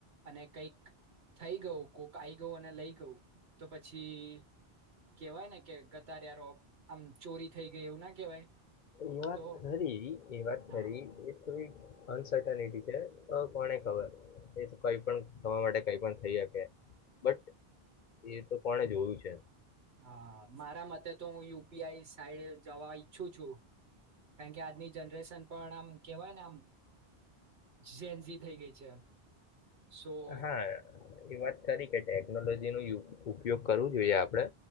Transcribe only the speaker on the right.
અને કઈક થઈ ગયું કોઈક આઈ ગયું અને લઈ તો પછી કેવાય ને કે ગતાર રો આમ ચોરી થઈ ગઈ એવું ના કેવાય
તો
હા
હા મારા મતે તો હું યુપીઆઈ સાઈડ જવા ઈચ્છું છું કારણ કે આજની જનરેશન પણ આમ કેવાય ને આમ ઝનઝી થઈ ગઈ છે સો